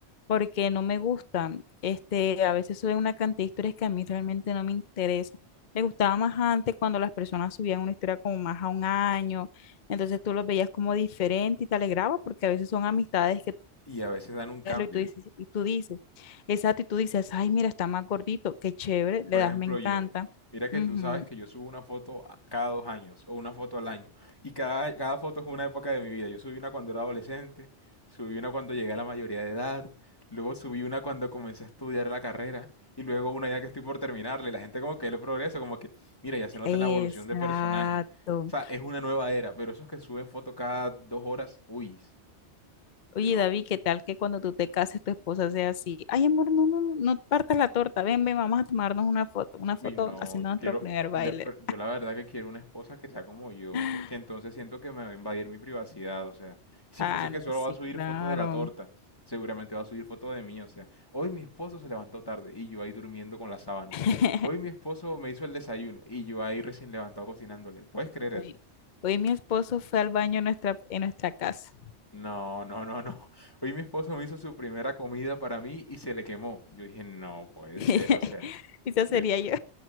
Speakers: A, on the left (about 50°); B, on the left (about 20°).
A: porque no me gustan. Este, a veces suben una cantidad de historias que a mí realmente no me interesa. Me gustaba más antes cuando las personas subían una historia como más a un año, entonces tú los veías como diferente y te alegraba porque a veces son amistades que tú
B: Y a veces dan un cambio.
A: ves y tú dices, y tú dices, exacto, y tú dices, ay, mira, está más gordito, qué chévere, le
B: Por
A: das,
B: ejemplo,
A: me encanta.
B: yo, mira que
A: Ujú,
B: tú sabes que yo subo una foto a- cada dos años o una foto al año. Y cada, cada foto es una época de mi vida. Yo subí una cuando era adolescente, subí una cuando llegué a la mayoría de edad, luego subí una cuando comencé a estudiar la carrera y luego una ya que estoy por terminarla. Y la gente como que ve el progreso, como que, mira, ya se nota
A: Exacto.
B: la evolución de personaje. O sea, es una nueva era, pero esos que suben foto cada dos horas, uy, de
A: Oye,
B: locos.
A: David, ¿qué tal que cuando tú te cases tu esposa sea así? Ay, amor, no, no, no, no partas la torta. Ven, ven, vamos a tomarnos una foto, una
B: Uy,
A: foto
B: no,
A: haciendo
B: yo
A: nuestro
B: quiero,
A: primer
B: mira,
A: baile.
B: pero yo la verdad que quiero una esposa que sea como yo,
A: <laughs>
B: porque entonces siento que me va a invadir mi privacidad, o sea, si
A: Ah,
B: fuese que
A: no,
B: solo
A: sí,
B: va a subir
A: claro.
B: foto de la torta, seguramente va a subir foto de mí, o sea, hoy mi esposo se levantó tarde y yo ahí durmiendo con las sábanas,
A: <laughs>
B: hoy mi esposo me hizo el desayuno y yo ahí recién levantado cocinándole, ¿puedes creer eso?
A: Hoy, hoy mi esposo fue al baño en nuestra, en nuestra casa.
B: No, no, no, no, <laughs> hoy mi esposo me hizo su primera comida para mí y se le quemó, yo dije, no puede
A: <laughs>
B: ser, o sea,
A: Esa
B: que
A: sería yo.